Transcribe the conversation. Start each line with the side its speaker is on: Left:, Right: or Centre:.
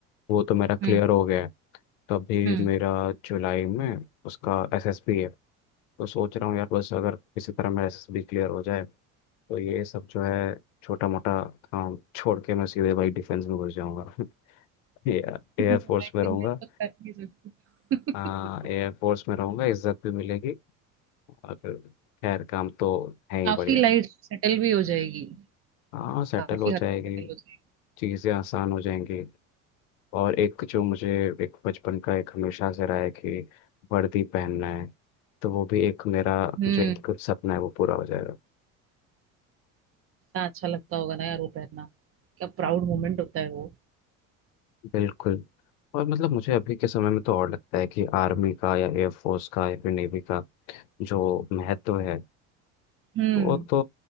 Left: वो तो मेरा
Right: हम्म
Left: क्लियर हो गया है तो अभी
Right: हम्म
Left: मेरा जुलाई में उसका एसएसबी है तो सोच रहा हूँ यार बस अगर किसी तरह मेरा एसएसबी क्लियर हो जाए तो ये सब जो है छोटा मोटा काम छोड़ के मैं सीधे भाई डिफेंस में घुस जाऊंगा <laughs> एयरफोर्स
Right: <laughs> मैं
Left: में रहूंगा
Right: मैं तो कर नहीं सकती
Left: हाँ
Right: <laughs>
Left: एयरफोर्स में रहूंगा इज्जत भी मिलेगी और खैर काम तो है ही
Right: काफी
Left: बढ़िया
Right: लाइफ सेटल भी हो जाएगी
Left: हाँ सेटल
Right: काफी
Left: हो
Right: हद
Left: जाएगी
Right: तक सेटल हो जाएगी
Left: चीज़ें आसान हो जाएंगी और एक जो मुझे एक बचपन का एक हमेशा से रहा है कि वर्दी पहनना है तो वो भी एक मेरा
Right: हम्म
Left: जो एक सपना है वो पूरा हो जाएगा
Right: इतना अच्छा लगता होगा ना यार वो पहनना क्या प्राउड
Left: हाँ,
Right: मोमेंट होता है वो
Left: बिल्कुल और मतलब मुझे अभी के समय में तो और लगता है कि आर्मी का या एयरफोर्स का या फिर नेवी का जो महत्व है
Right: हम्म
Left: वो तो